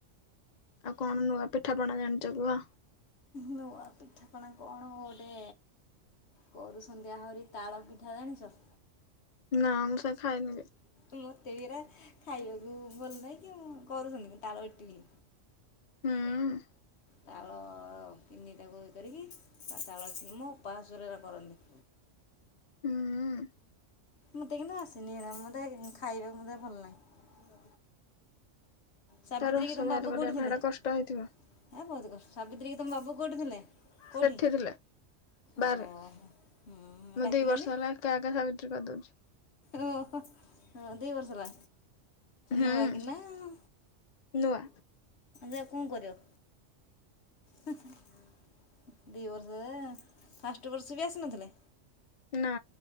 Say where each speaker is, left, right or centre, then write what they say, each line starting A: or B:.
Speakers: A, on the left; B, on the left.
A: ଆଉ କଣ ନୂଆ ପିଠାପଣା ଜାଣିଛ କୁହ?
B: ନୂଆ ପିଠାପଣା କଣ ଗୋଟେ? କରୁ ସନ୍ଧ୍ୟାହରି ତାଳପିଠା ଜାଣିଛ?
A: ନାଁ ମୁଁ ସେ ଖାଇନି କେବେ।
B: ମତେବି ଏରା ଖାଇବାକୁ ଭଲନାହିଁକି କରୁଛନ୍ତି ତାଳ ଇଟିଲି।
A: ହୁଁ ଉୁଁ।
B: ତାଳ ତିନିଟାକୁ ଇଏ କରିକି ତା ତାଳ ମୋ ଅପାଶାଶୁହର ଏରା କରନ୍ତି।
A: ହୁଁ ଉୁଁ।
B: ମତେ କିନ୍ତୁ ଆସେନି ହେରା ମତେ ଖାଇବାକୁ ମୋତେ ଭଲଲେଗେ। ସାବିତ୍ରୀକି
A: ତା ରସ
B: ତମ
A: ବାହାର
B: ବାବୁ
A: କରିବା
B: କୋଉଠି ଥିଲେ?
A: ହେଟା କଷ୍ଟ ହେଇଥିବ
B: ହେ ବହୁତ କଷ୍ଟ ସାବିତ୍ରୀ ତମ ବାବୁ କୋଉଠି ଥିଲେ କୋଉଠି?
A: ସେଠି ଥିଲା ବାହାରେ
B: ଓ ହୁଁ
A: ମୁଁ
B: ଡାକିଲନି।
A: ଦି ବର୍ଷ ହେଲା ଏକା ଏକା ସାବିତ୍ରୀ କରିଦଉଛି।
B: ଓହୋ ହଁ ଦୁଇବର୍ଷ ହେଲା।
A: ହୁଁ
B: ନୂଆକିନା ଆଉ
A: ନୂଆ
B: ଯା କଣ କରିବ? ହେଁ ଦି ବର୍ଷରେ ଫାଷ୍ଟ ବର୍ଷବି ଆସିନଥିଲେ।
A: ନାଁ